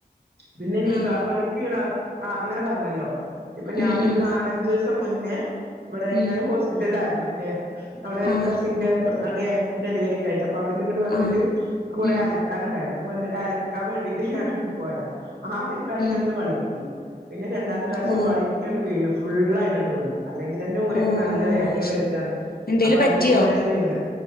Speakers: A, on the right; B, on the left.
A: പിന്നെ നീ
B: ആഹ്
A: വളിക്ക വീണ അവർ അങ്ങനെ പറഞ്ഞല്ലോ ഇപ്പൊ ഞാനൊരു
B: ഉം ഉം
A: നാലഞ്ച മുന്നേ ഇവിടെ
B: ഉം
A: ഞാൻ ഹോസ്പിറ്റലില യിരുന്നു എന്റെ അവിടെ
B: ആഹ്
A: കസിന്റെ ഡെലിവറിഒക്ക ആയിട്ട് അപ്പൊ അവിടെന്നങ്ങട്ട് വന്നിട്ട്
B: ആഹ്
A: കുറെ
B: ഉം
A: അല ക്കാനുണ്ടായിരുന്നു അവന്നട്ട് അലക്കാൻ വേണ്ടിട്ട് ഞാന പോയതാ ആദ്യ ഒരു പ്രാവശ്യ
B: ഉം
A: ഞ ഒന്ന് വള്ക്കി പിന്നെ രണ്ടാമത്തെ പ്രാവശ്യം
B: ഓ
A: വളിക്കണ് വീണു ഫുള്ളായിട്ടാണ്ട് വീണു അല്ലെങ്കി തന്നെ ഊരൊക്കെ
B: ഓ
A: നല്ല വേദനയും
B: അത്
A: വരുത്താണ്
B: ശരി എന്തേലും
A: അപ്പൊ അതിന്റെ
B: പറ്റിയോ
A: കൂടെയാണ് ഈ വീണത്